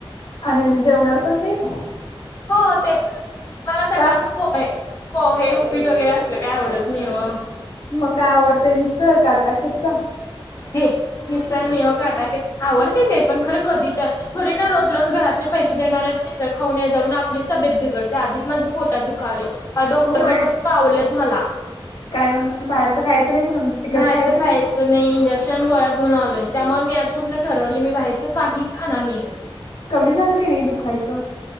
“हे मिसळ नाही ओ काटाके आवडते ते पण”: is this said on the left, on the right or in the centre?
Left